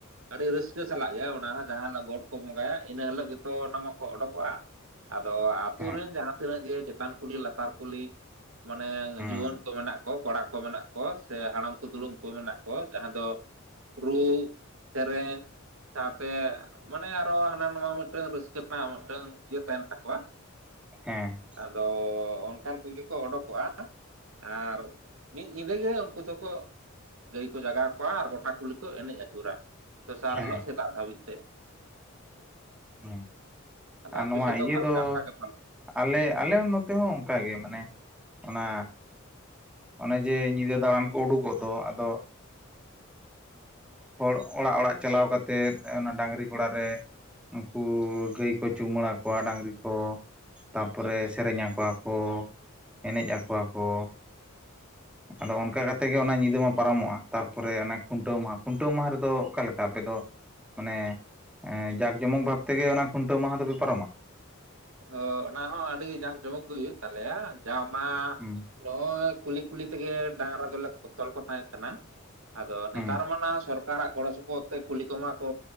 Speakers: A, on the right; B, in the centre.
A: ᱟᱹᱰᱤ ᱨᱟᱹᱥᱠᱟᱹ ᱥᱟᱞᱟᱜ ᱜᱮ ᱚᱱᱟ ᱦᱚᱸ ᱡᱟᱦᱟᱱ ᱜᱚᱴ ᱠᱚ ᱵᱚᱸᱜᱟᱭᱟ ᱤᱱᱟᱹ ᱦᱤᱞᱳᱜ ᱜᱮᱛᱚ ᱚᱱᱟ ᱢᱟᱠᱚ ᱚᱰᱳᱠᱚᱜᱼᱟ᱾ ᱟᱫᱚ ᱟᱛᱩ
B: ᱦᱮᱸ
A: ᱨᱮᱱ ᱡᱟᱦᱟᱸ ᱛᱤᱱᱟᱹᱜ ᱜᱮ ᱪᱮᱛᱟᱱ ᱠᱩᱞᱦᱤ ᱞᱟᱛᱟᱨ ᱠᱩᱞᱦᱤ ᱢᱟᱱᱮ
B: ᱦᱮᱸ
A: ᱡᱩᱣᱟᱹᱱ ᱠᱚ ᱢᱮᱱᱟᱜ ᱠᱚᱲᱟ ᱠᱚ ᱢᱮᱱᱟᱜ ᱠᱚᱣᱟ ᱥᱮ ᱦᱟᱲᱟᱢ ᱠᱚ ᱫᱩᱲᱩᱢ ᱠᱚ ᱢᱮᱱᱟᱜ ᱠᱚᱣᱟ ᱡᱟᱦᱟᱸ ᱫᱚ ᱨᱩ ᱥᱮᱨᱮᱱ ᱥᱟᱶᱛᱮ ᱢᱟᱱᱮ ᱟᱨᱚ ᱦᱟᱱᱟ ᱱᱟᱣᱟ ᱢᱤᱫᱴᱟᱝ ᱨᱟᱹᱥᱠᱟᱹ ᱨᱮᱱᱟᱜ ᱢᱤᱫᱴᱟᱝ ᱤᱭᱟᱹ ᱛᱟᱦᱮᱱ ᱛᱟᱠᱚᱣᱟ
B: ᱦᱮᱸ
A: ᱟᱫᱚ ᱚᱱᱠᱟᱱ ᱠᱚᱜᱮ ᱠᱚ ᱚᱰᱳᱠᱚᱜᱼᱟ ᱟᱨ ᱢᱤᱫ ᱧᱤᱫᱟᱹ ᱜᱮ ᱩᱱᱠᱩ ᱫᱚᱠᱚ ᱜᱟᱹᱭ ᱠᱚ ᱡᱟᱜᱟᱣ ᱠᱚᱣᱟ ᱟᱨ ᱜᱚᱴᱟ ᱠᱩᱞᱦᱤ ᱠᱚ ᱮᱱᱮᱡ ᱟᱹᱪᱩᱨᱟ ᱾ ᱫᱚᱥᱟᱨ
B: ᱦᱮᱸ
A: ᱦᱤᱞᱳᱜ ᱥᱮᱛᱟᱜ ᱫᱷᱟᱹᱵᱤᱡ ᱛᱮ ᱾
B: ᱦᱮᱸ
A: ᱟᱫᱚ
B: ᱟᱨ
A: ᱟᱯᱮ
B: ᱱᱚᱣᱟ
A: ᱥᱮᱫ
B: ᱤᱭᱟᱹ
A: ᱚᱠᱟ
B: ᱫᱚ
A: ᱞᱮᱠᱟ ᱚᱱᱠᱟ ᱜᱮ ᱦᱳᱭ
B: ᱟᱞᱮ ᱟᱞᱮ ᱦᱚᱸ ᱱᱚᱛᱮ ᱦᱚᱸ ᱚᱱᱠᱟᱜᱮ ᱢᱟᱱᱮ ᱚᱱᱟ ᱚᱱᱮ ᱡᱮ ᱧᱤᱫᱟᱹ ᱫᱟᱬᱟᱱ ᱠᱚ ᱩᱰᱩᱠᱚᱜ ᱫᱚ ᱟᱫᱚ ᱦᱚᱲ ᱚᱲᱟᱜ ᱚᱲᱟᱜ ᱪᱟᱞᱟᱣ ᱠᱟ ᱠᱟᱛᱮᱫ ᱚᱱᱟ ᱰᱟᱺᱝᱨᱤ ᱜᱚᱲᱟ ᱨᱮ ᱩᱱᱠᱩ ᱜᱟᱹᱭ ᱠᱚ ᱪᱩᱢᱵᱟᱹᱲᱟ ᱠᱚᱣᱟ ᱰᱟᱺᱝᱨᱤ ᱠᱚ ᱾ ᱛᱟᱨᱯᱚᱨᱮ ᱥᱮᱨᱮᱧ ᱟᱠᱚᱣᱟ ᱠᱚ ᱮᱱᱮᱡ ᱟᱠᱚᱣᱟ ᱠᱚ ᱾ ᱟᱫᱚ ᱚᱱᱠᱟ ᱠᱟᱛᱮ ᱜᱮ ᱚᱱᱟ ᱧᱤᱫᱟᱹ ᱢᱟ ᱯᱟᱨᱚᱢᱚᱜᱼᱟ ᱛᱟᱨᱯᱚᱨᱮ ᱚᱱᱟ ᱠᱷᱩᱱᱴᱟᱹᱣ ᱢᱟᱦᱟ ᱠᱷᱩᱱᱴᱟᱹᱣ ᱢᱟᱦᱟ ᱨᱮᱫᱚ ᱚᱠᱟ ᱞᱮᱠᱟ ᱟᱯᱮ ᱫᱚ? ᱢᱟᱱᱮ ᱡᱟᱠ ᱡᱚᱢᱚᱠ ᱵᱷᱟᱵ ᱛᱮᱜᱮ ᱚᱱᱟ ᱠᱷᱩᱱᱴᱟᱹᱣ ᱢᱟᱦᱟ ᱫᱚᱯᱮ ᱯᱟᱨᱚᱢᱟ?
A: ᱚ ᱚᱱᱟ ᱦᱚᱸ ᱟᱹᱰᱤ ᱡᱟᱠ ᱡᱚᱢᱚᱠ ᱜᱮ ᱦᱩᱭᱩᱜ ᱛᱟᱞᱮᱭᱟ ᱡᱟᱣᱟ ᱚᱱᱟ
B: ᱦᱩᱸ
A: ᱾ ᱱᱚᱜᱼᱚᱭ ᱠᱩᱞᱤ ᱠᱩᱞᱤ ᱛᱮᱜᱮ ᱰᱟᱺᱝᱨᱟ ᱫᱚᱞᱮ ᱛᱚᱞ ᱠᱚ ᱛᱟᱦᱮᱸ ᱠᱟᱱᱟ ᱾ ᱟᱫᱚ
B: ᱦᱩᱸ
A: ᱱᱮᱛᱟᱨ ᱢᱟ ᱥᱚᱨᱠᱟᱨᱟᱜ ᱜᱚᱲ ᱥᱚᱯᱚᱦᱚᱫ ᱛᱮ ᱠᱩᱞᱤ ᱠᱚᱢᱟ ᱠᱚ